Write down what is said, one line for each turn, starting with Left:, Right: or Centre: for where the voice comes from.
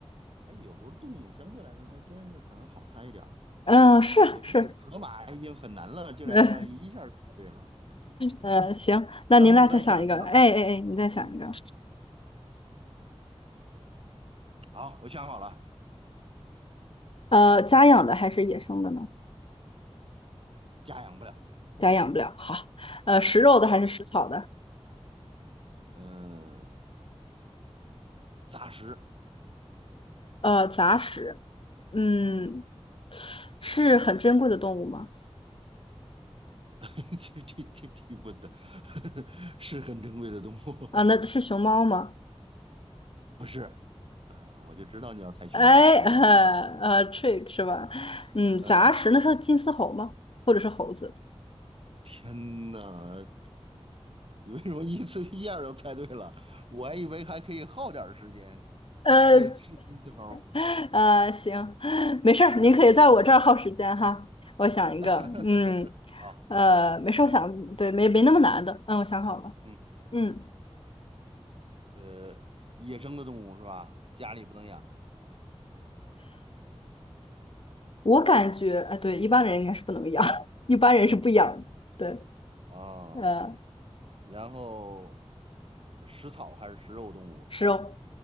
Right: 哎，有时候动物相对来说还真是可能好猜一点儿。
Left: 嗯、是啊是，
Right: 我觉得这个河马已经很难了，竟然这样一下就猜对了。
Left: <laughs> 嗯嗯，行，那您来再想一个，
Right: 然后我再想一个啊，
Left: 哎哎哎，你再想一个，
Right: 嗯。好，我想好了，
Left: 呃，家养的还是野生的呢？
Right: 家养不了。
Left: 家养不了。好，呃，
Right: 嗯
Left: 食肉的还是食草的？
Right: 嗯、呃杂食。
Left: 呃，杂食。嗯，
Right: 嗯，
Left: 是很珍贵的动物吗？
Right: <laughs> 这这这这蚊子 <laughs> 是很珍贵的动物，
Left: 啊，那是熊猫吗？
Right: <laughs> 不是？呃，我就知道你要猜熊猫，
Left: 哎，
Right: 所以我不。
Left: 呃，呃，trick 是吧？嗯，
Right: 嗯、
Left: 杂食那是金丝猴吗？或者是猴子？
Right: 天呐，你为什么一次一下就猜对了？我还以为还可以耗点儿时间。
Left: 呃，
Right: 对，是金丝猴儿。
Left: <laughs> 呃，行，没事儿，您可以在我这儿耗时间哈。
Right: 嗯，
Left: 我想一个，
Right: <laughs>
Left: 嗯，
Right: 好，
Left: 呃，没事儿，
Right: 行，
Left: 我想，对，没没那么难的，嗯，我想好了，
Right: 嗯，
Left: 嗯，
Right: 呃，野生的动物是吧？家里不能养啊。
Left: 我感觉啊，对，一般人应该是不能养，<laughs> 一般人是不养的。对，
Right: 哦
Left: 呃，
Right: 然后食草还是食肉动物？
Left: 是哦，